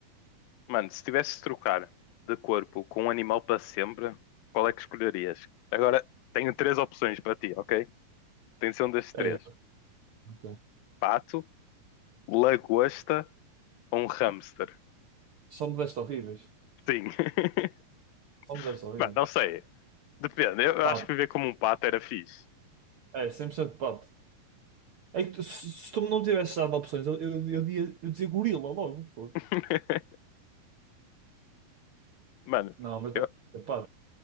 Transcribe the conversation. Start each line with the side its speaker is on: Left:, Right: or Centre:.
Left: Mano, se tivesse de trocar de corpo com um animal para sempre, qual é que escolherias? Agora, tenho três opções para ti, ok? Tem de ser um destes
Right: é,
Left: três.
Right: é, Ok.
Left: Pato, lagosta ou um hamster.
Right: só me deste horríveis.
Left: Sim. <laughs>
Right: Só me deste horríveis.
Left: Mano, não sei. Depende. Eu
Right: Pato.
Left: acho que viver como um pato era fixe.
Right: É, 100% pato. É que tu- se, se tu não tivesse dado opções, eu, eu, eu, dizia, eu dizia gorila logo. Foi.
Left: <laughs> Mano,
Right: Não, mas
Left: eu,
Right: vai ser pato.